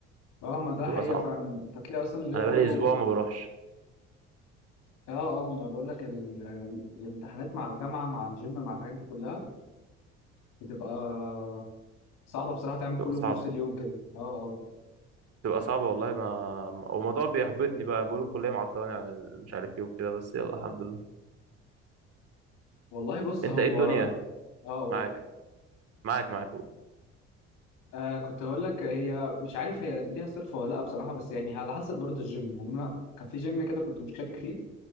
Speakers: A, on the left; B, on the right.
A: اه ما ده
B: بتبقى
A: حقيقه
B: صعبه
A: فعلا انت تلاقي اصلا اليوم
B: انا
A: كله
B: بقالي اسبوع ما بروحش
A: اه اه ما بقول لك ال... ال- الامتحانات مع الجامعه مع الجيم مع الحاجات دي كلها بتبقى صعبه بصراحه تعمل كله
B: بتبقى صعبه
A: في نفس اليوم كده اه اه
B: بتبقى صعبه والله ما والموضوع بيحبطني بقى بقول الكليه معطلاني عن ال- مش عارف ايه وكده بس يلا الحمد لله
A: والله بص
B: انت
A: هو
B: ايه الدنيا
A: اه قول
B: معاك معاك معاك قول.
A: آه كنت هقول لك هي مش عارف هي ليها صرف ولا لا بصراحه بس يعني على حسب برضه الجيم يعني انا كان في جيم كده كنت مشترك فيه